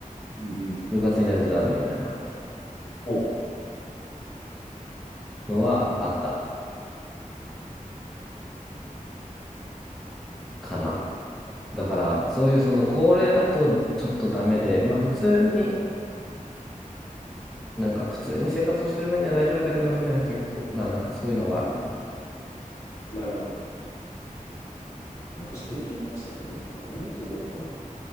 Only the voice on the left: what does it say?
うん、うん。
お、
なるほど。ねなんか仕事に対してやっぱりなんか思うところがあるのかな。